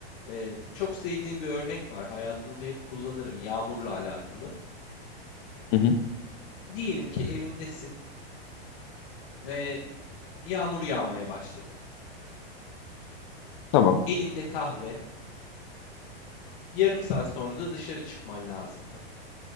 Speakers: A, on the left; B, on the left.
A: e, çok sevdiğim bir örnek var. Hayatımda hep kullanırım yağmurla alakalı.
B: hı hı.
A: Diyelim ki evindesin ve yağmur yağmaya başladı.
B: Tamam.
A: Elinde kahve, Yarım saat sonra da dışarı çıkman lazımdı.